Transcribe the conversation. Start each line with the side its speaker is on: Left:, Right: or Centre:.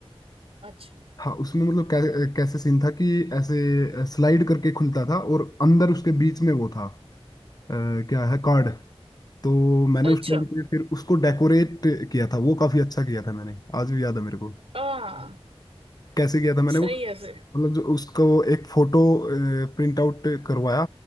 Right: अच्छा
Left: हाँ उसमें मतलब कै, कैसे सीन था कि ऐसे स्लाइड करके खुलता था और अंदर उसके बीच में वो था अ, क्या है कार्ड तो मैंने
Right: अच्छा
Left: उस टाइम पे फिर उसको डेकोरेट किया था वो काफी अच्छा किया था मैंने आज भी याद है मेरे को
Right: आ
Left: कैसे किया था मैंने
Right: सही
Left: वो
Right: है फिर
Left: मतलब जो उसको एक फोटो प्रिंट आउट करवाया